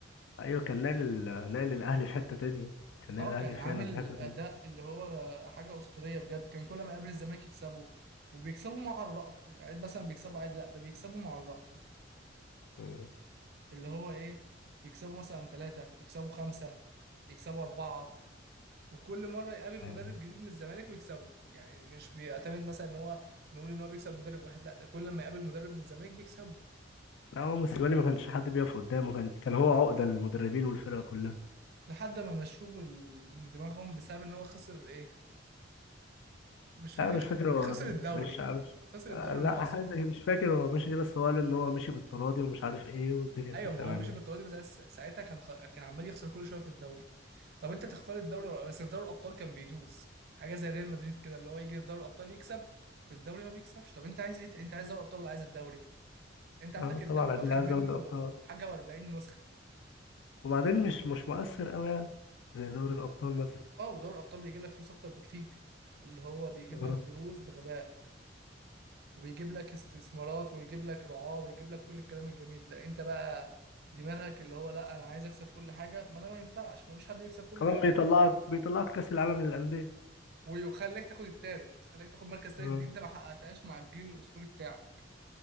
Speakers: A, on the left; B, on the right.
A: ايوه كان ناقل ال- ناقل الاهلي في حته تانية كان ناقل
B: اه
A: الاهلي
B: كان عامل
A: فعلا في حته تانية
B: اداء اللي هو حاجه اسطوريه بجد كان كل ما يقابل الزمالك يكسبه وبيكسبوا مع الرأفة يعني مثلا بيكسبوا عادي لا ده بيكسبوا مع الرأفة
A: مم.
B: اللي هو ايه يكسبوا مثلا ثلاثة يكسبوا خمسة يكسبوا أربعة وكل مرة يقابل
A: يعني-
B: مدرب جديد من الزمالك ويكسبه يعني مش بيعتمد مثلا ان هو نقول ان هو بيكسب مدرب واحد لا ده كل ما يقابل مدرب من الزمالك بيكسبه
A: لا هو موسيماني ما كانش حد بيقف قدامه كان كان هو عقده للمدربين والفرقه كلها
B: لحد ما مشوه بال- من دماغهم بسبب ان هو خسر ايه مش فاكر
A: لا أنا مش
B: خ-
A: فاكر هو
B: خسر الدوري
A: مش مش
B: خسر
A: آه،
B: الدوري
A: لا
B: المصري
A: حاجه زي- كده، مش فاكر هو مشي ليه بس هو قال ان هو مشي بالتراضي ومش عارف ايه والدنيا
B: ايوه
A: كانت
B: ما
A: تمام
B: هو مشي
A: يعني
B: بالطريقه دي بس ساعت- ساعتها كان خ... كان عمال يخسر كل شويه في الدوري طب انت تختار الدوري بس في دوري الابطال كان بيدوس حاجه زي ريال مدريد كده اللي هو يجي في دوري الابطال يكسب في الدوري ما بيكسبش طب انت عايز ايه انت عايز دوري الابطال ولا عايز الدوري انت عندك
A: اه
B: الدوري
A: طبعا اكيد
B: واخد
A: عايز
B: منه
A: دوري الابطال
B: حاجه و40 نسخه
A: وبعدين مش مش مؤثر قوي يعني زي دوري الابطال مثلا
B: اه ودوري الابطال بيجيب لك فلوس اكتر بكتير اللي هو بيجيب
A: اه
B: لك فلوس بغباء وبيجيب لك استثمارات ويجيب لك رعاة ويجيب لك كل الكلام الجميل ده انت بقى دماغك اللي هو لا انا عايز اكسب كل حاجه ما ده ما ينفعش ما فيش حد بيكسب كل
A: كمان
B: حاجه
A: بيطلعك بيطلعك كاس العالم للانديه
B: ويخليك تاخد التالت خليك تاخد مركز تالت
A: اه
B: دي انت ما حققتهاش مع الجيل الاسطوري بتاعك